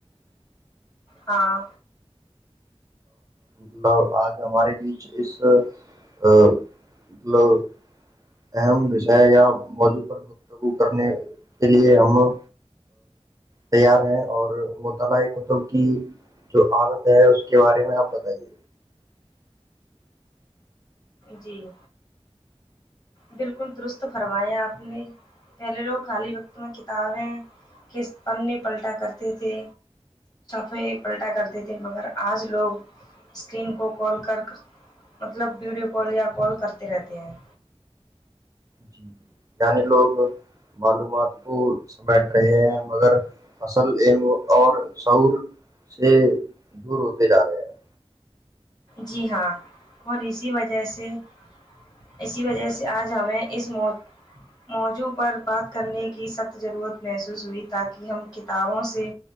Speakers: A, on the left; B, on the right.
A: ہاں
B: مطلب آج ہمارے بیچ اس مطلب اہم رشے یا موضوع پر گفتگو کرنے کے لیے ہم تیار ہیں اور مطالع کتب کی جو عادت ہے اس کی کے بارے میں آپ بتائیے
A: جی بالکل درست فرمایا آپ نے پہلے لوگ خالی وقت میں کتابیں کے پنے پلٹا کرتے تھے وہ ایک الٹا کرتے تھے مگر آج لوگ اسکرین کو کال کر مطلب ویڈیو کال یا کال کرتے رہتے ہیں
B: جی جی یع لوگ معلومات کو سمیٹ رہے ہیں مگر اصل علم اور شعور سے دور ہوتے جا رہے ہیں
A: جی ہاں اور اسی وجہ سے اسی وجہ سے آج ہمیں اس موضوع پر بات کرنے کی سخت ضرورت محسوس ہوئی تاکہ ہم کتابوں سے